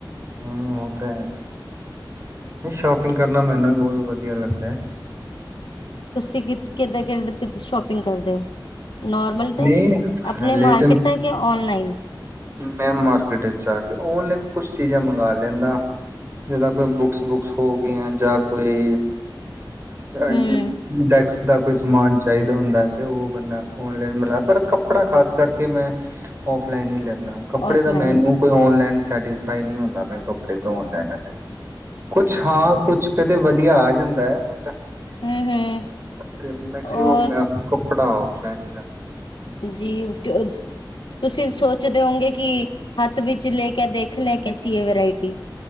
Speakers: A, on the right; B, on the left.
A: ਹਮ ਓ ਤਾਂ ਹੈਗਾ। ਸ਼ੋਪਿੰਗ ਕਰਨਾ ਮੈਨੂੰ ਵੀ ਬਹੁਤ ਵਧ ਵਧੀਆ ਲੱਗਦਾ ਹੈ।
B: ਤੁਸੀਂ ਕਿ ਕਿੱਧਾਂ ਕਿੱ ਕਿ ਸ਼ੋਪਿੰਗ ਕਰਦੇ ਹੋ? ਨੋਰਮਲ
A: ਨਹੀਂ
B: ਤਾਂ ਆਪਣੇ
A: ਹਲੇ
B: ਮਾਰਕੀਟ
A: ਤੇ
B: ਤੱਕ ਜਾਂ ਔਨਲਾਈਨ।
A: ਮੈਂ ਮਾਰਕੀਟ ਵਿੱਚ ਜਾ ਕੇ ਔਨਲਾਈਨ ਕੁਛ ਚੀਜ਼ਾਂ ਮੰਗਵਾ ਲੈਂਦਾ ਜਿੱਦਾਂ ਕੋਈ ਬੁੱਕਸ ਬੁੱਕਸ ਹੋ ਗਈਆਂ। ਜਾਂ ਕੋਈ ਸ
B: ਹੂੰ
A: ਡੈਕਸ ਦਾ ਕੋਈ ਸਮਾਨ ਚਾਹੀਦਾ ਹੁੰਦਾ। ਮੈਂ ਤੇ ਉਹ ਬੰਦਾ ਔਨਲਾਈਨ ਮਲਾ ਪਰ ਕੱਪੜਾ ਖਾਸ ਕਰਕੇ ਮੈਂ ਔਫਲਾਈਨ ਹੀ ਲੈਂਦਾ ਕੱਪੜੇ
B: ਔਫਲਾਈਨ
A: ਦਾ ਮੈਨੂੰ ਕੋਈ ਆਨਲਾਈਨ ਸੈਟਿਸਫਾਈ ਨੀ ਹੁੰਦਾ ਮੈਂ ਕਪੜੇ ਧੋ ਆਨਲਾਈਨ ਲੈਣਾ ਕੁਛ ਹਾਂ ਕੁਛ ਕਦੇ ਵਧੀਆ ਆਏ <unintelligible>
B: ਹੂੰ ਹੂੰ
A: <unintelligible> ਮੈਕਸੀਮਮ
B: ਔਰ
A: ਮੈ ਓ <inaudible>
B: ਜੀ ਓਕੇ ਤੁਸੀਂ ਸੋਚਦੇ ਹੋਵੋਗੇ। ਕਿ ਹੱਥ ਵਿੱਚ ਲੈ ਕੇ ਦੇਖਲੇ ਕੈਸੀ ਇਹ ਵਰਾਇਟੀ